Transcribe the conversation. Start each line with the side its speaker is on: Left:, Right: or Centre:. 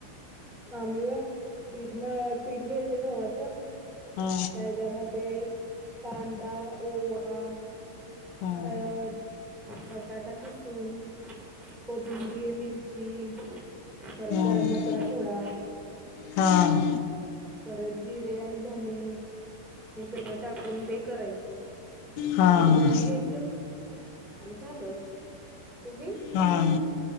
Centre: आंबे आहे पीठ म पीठ घ्यायचं गवा्हाचं
Left: हा
Centre: त्याच्यामध्ये कांदादा ओवा
Left: हा
Centre: हळद बटाटाची सून कोथिंबीर, मिरची परत
Left: हम्म
Centre: गरम मसाला थोडा,
Left: हां...
Centre: परत जिरे आणि धने.. हे सगळं टाकून हेे करायचं,
Left: हा
Centre: पीठ मळून घ्यायचं का झालं तुम्ही?
Left: हां